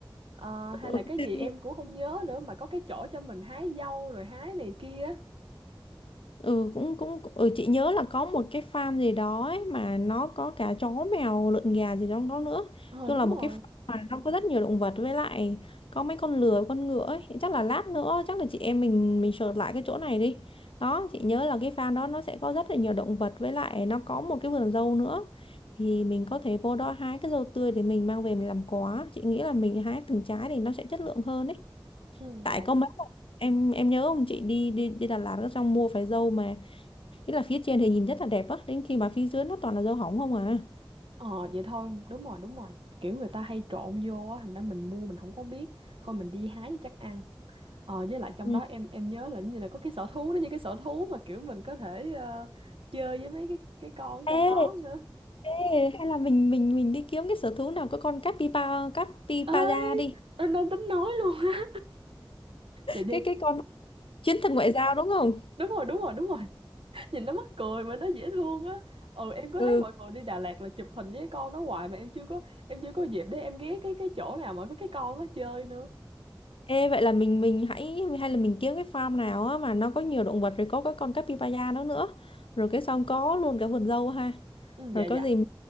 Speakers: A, on the right; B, on the left.
A: Ờ, hay
B: Ok,
A: là cái gì em cũng không nhớ nữa mà có cái chỗ cho mình hái dâu rồi hái này kia á.
B: ừ cũng cũng ừ, chị nhớ là có một cái farm gì đó ấy, mà nó có cả chó mèo lợn gà gì trong đó nữa
A: ờ
B: chung
A: đúng
B: là
A: rồi
B: một cái farm mà nó có rất nhiều động vật với lại có mấy con lừa con ngựa ấy chắc là lát nữa chắc là chị em mình mình search lại cái chỗ này đi đó chị nhớ là cái farm đó nó sẽ có rất là nhiều động vật với lại nó có một cái vườn dâu nữa thì mình có thể vô đó hái cái dâu tươi để mình mang về mình làm quà chị nghĩ là mình hái từng trái thì nó sẽ chất lượng hơn ấy
A: ừ
B: tại
A: dạ
B: có
A: dạ.
B: mấy em em nhớ không chị đi đi đi Đà Lạt xong mua phải dâu mà Nghĩa là phía trên thì nhìn rất là đẹp á, đến khi mà phía dưới nó toàn là dâu hỏng không à.
A: ờ vậy thôi đúng rồi đúng rồi kiểu người ta hay trộn vô á thành ra mình mua mình không có biết thôi mình đi hái cho chắc ăn ờ với lại trong
B: Ừ.
A: đó em em nhớ là như là có cái sở thú nó như cái sở thú mà kiểu mình có thể ờ, chơi với mấy cái cái con trong
B: Ê,
A: đó nữa
B: ê, hay là mình mình mình đi kiếm cái sở thú nào có con capybara capybara
A: ơi
B: đi.
A: em đang tính nói luôn á vậy đi
B: Cái cái con chiến thần ngoại giao đúng không?
A: đúng rồi đúng rồi đúng rồi <laughs> nhìn nó mắc cười mà nó dễ thương á ừ em cứ
B: Ừ.
A: thấy mọi người đi Đà Lạt là chụp hình với con nó hoài mà em chưa có em chưa có dịp để em ghé cái cái chỗ nào mà có cái con nó chơi nữa
B: Ê vậy là mình mình hãy hay là mình kiếm cái farm nào á mà nó có nhiều động vật rồi có cái con capybara đó nữa. Rồi cái xong có luôn cả vườn dâu ha.
A: ừ
B: Rồi
A: dạ dạ
B: có gì mình